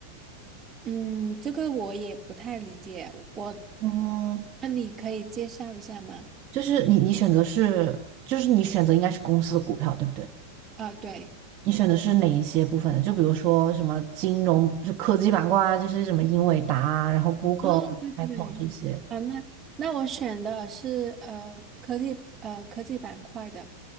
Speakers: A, on the right (about 20°); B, on the right (about 35°).
A: 嗯，这个我也不太理解。我，
B: 嗯，
A: 那你可以介绍一下吗？
B: 就是你你选择是，就是你选择应该是公司的股票，对不对？
A: 啊，对，
B: 你选的是哪一些部分的？就比如说什么金融，就科技板块啊，这些什么英伟达啊，然后 Google
A: 哦，
B: 啊、
A: 对对对，
B: Apple 这些。
A: 啊，那那我选的是呃科技呃科技板块的，